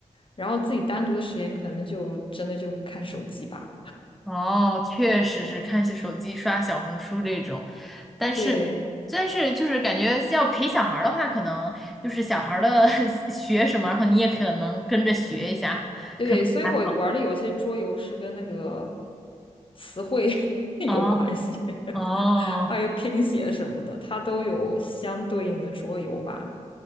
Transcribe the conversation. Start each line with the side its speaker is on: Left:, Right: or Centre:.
Left: 然后自己单独的时间，可能就真的就看手机吧。
Centre: 哦，确实是看手机、刷小红书这种，但是
Left: 对。
Centre: 但是就是感觉要陪小孩儿的话，可能就是小孩儿的 <laughs> 学什么，然后你也可能跟着学一下，
Left: 对，
Centre: 可能还。
Left: 所以我玩的有些桌游是跟那个词汇 <laughs>
Centre: 哦
Left: 有关系，<laughs>
Centre: 哦
Left: 还有拼写什么的，它都有相对应的桌游吧。